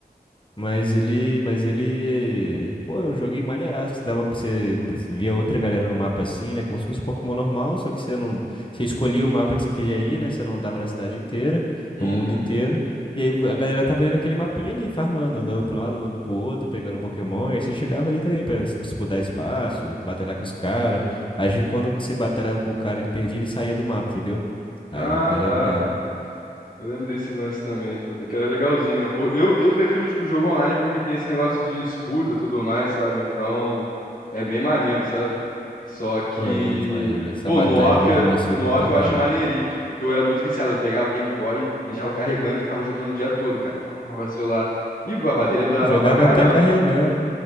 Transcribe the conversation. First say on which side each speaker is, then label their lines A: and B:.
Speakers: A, on the left; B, on the left.
A: Mas ele, mas ele, pô, eu joguei maneiraço, que dava pra você, pô, você via outra galera no mapa assim, né, como se fosse um Pokémon normal, só que você não, você escolhia o mapa que você queria ir, né, você não andava na cidade inteira,
B: Uhum.
A: no mundo inteiro, e aí a galera tava ali naquele mapinha ali, farmando, andando pro lado, andando pro outro, pegando Pokémon, e aí você chegava ali também pra s- disputar espaço, batalhar com os caras, aí quando você batalhava com o cara, ele perdia, ele saía do mapa, entendeu?
B: Ah,
A: Aí valia
B: tá.
A: a pena.
B: Eu lembro desse lance também, puta, que era legalzinho, né? Pô, Eu, eu prefiro, tipo, jogo online porque tem esse negócio de disputa e tudo mais, sabe? Então, é bem maneiro, sabe? Só que,
A: Pô, é muito maneiro, essa
B: pô,
A: batalha
B: no off,
A: de Pokémon
B: é-
A: assim eu
B: no
A: curto
B: off
A: pra
B: eu
A: caramba.
B: acho maneirinho, tipo, porque eu era muito viciado. Eu pegava o Game Boy, deixava carregando e ficava jogando o dia todo, cara. Pá, pá, pá, pá, celular. E a bateria
A: Pô,
B: durava
A: jogava
B: pra Uhum. caramba.
A: até carregando.